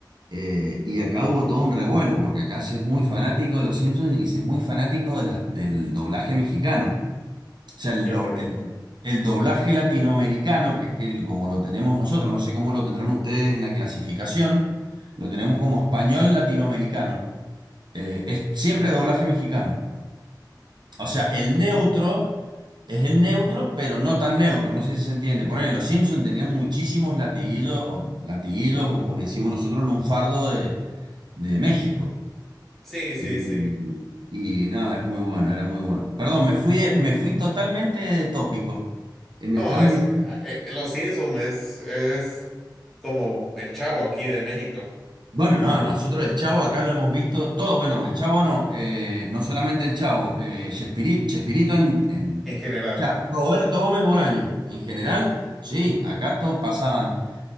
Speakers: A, on the right; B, in the centre.
A: Eh, y acá hubo todo un revuelo, porque acá se es muy fanático de los Simpsons y se es muy fanático de las- del doblaje mexicano. O sea, el,
B: ya
A: do-
B: veo.
A: el- el doblaje latinoamericano, que es que el- como lo tenemos nosotros, no sé cómo lo tendrán ustedes en la clasificación, lo tenemos como español latinoamericano. Eh, es siempre doblaje mexicano. O sea,
B: Mm,
A: el neutro es el neutro, pero no tan neutro. No sé si se entiende. Ponen, los Simpsons tenían muchísimos latiguillos, o latiguillos, o como le decimos nosotros, lunfardo de de México.
B: Sí, sí,
A: Y,
B: sí.
A: y no, es muy bueno, era muy bueno. Perdón, me fui, eh, me fui totalmente de tópico. Eh, me
B: No,
A: estabas
B: es
A: diciendo.
B: eh, eh, Los Simpsons es, es como el chavo aquí de México
A: Bueno, no, nosotros el Chavo acá lo hemos visto todo. Bueno, el Chavo no, eh, no solamente el Chavo, eh, Chespiri- Chespirito, en, en-
B: en general,
A: O sea,
B: ¿no?
A: Roberto Gómez Bolaño. En general, sí, acá to- pasaban